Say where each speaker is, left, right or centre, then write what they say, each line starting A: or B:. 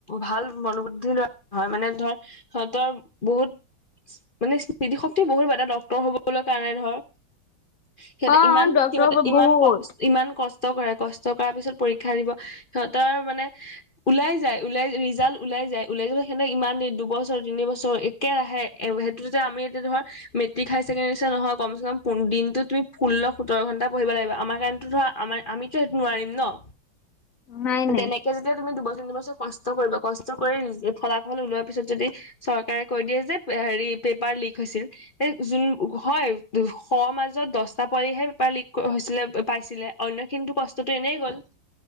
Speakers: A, on the left; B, on the left.
A: ভাল মনোবুদ্ধি লোৱা হয়। মানে ধৰ সিঁহতৰ বহুত মানে স্মৃতি শক ক্তি বহুত হ'ব ডক্তৰ হ'বলৈ কাৰণে ধৰ, সিহঁতে
B: অ
A: ইমান
B: ডক্তৰ
A: সিহঁতে
B: বহুত
A: ইমান কষ্ট ইমান কষ্ট কৰে, কষ্ট কৰা পিছত পৰীক্ষা দিব। সিহঁতৰ মানে ওলাই যায় ওলাই ৰিজাল্ট ওলাই যাই, ওলাই যাব সেনেক ইমান দি দুবছৰ তিনিবছৰ একেৰাহে এ সেইটোতে আমি এতিয়া ধৰ মেট্ৰিক হায়াৰ ছেকণ্ডেৰী নিচিনা নহয়, কম চে কম দিনটোত তুমি ষোল্ল সোতৰ ঘণ্টা পঢ়িব লাগিব। আমাৰ কাৰণেতো ধৰ আমাৰ। আমিতো হেইটো নোৱাৰিম ন?
B: নাই নাই
A: তেনেকে যেতিয়া তুমি দুবছৰ তিনিবছৰ কষ্ট কৰিবা, কষ্ট কৰি ফলাফল ওলোৱা পিছত যদি চৰকাৰে কৈ দিয়ে যে হেৰি পেপাৰ লিক হৈছিল। যোন হয় শৰ মাজত দহটা পহে পেপাৰ লিক হৈছিলে। পাইছিলে, অন্যখিনিৰতো কষ্টতোটো এনেই গ'ল?